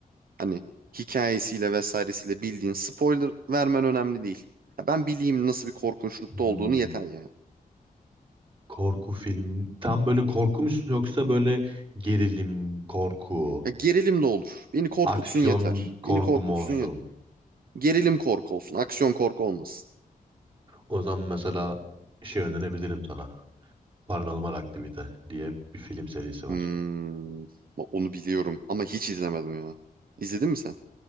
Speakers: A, on the right; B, on the right.
A: Hani hikayesiyle vesairesiyle bildiğin spoiler vermen önemli değil. Ya ben bileyim nasıl bir korkunçlukta
B: Hmm.
A: olduğunu yeter yani.
B: Korku filmi. Tam böyle korku mu yoksa böyle gerilim korku,
A: Ya gerilim de olur. Beni korkutsun
B: aksiyon
A: yeter.
B: korku
A: Beni korkutsun
B: mu olsun?
A: yeter. Gerilim korku olsun. Aksiyon korku olmasın.
B: O zaman mesela şey önerebilirim sana. Paranormal Aktivite diye bir film serisi var.
A: Hmm, bak onu biliyorum ama hiç izlemedim ya. İzledin mi sen?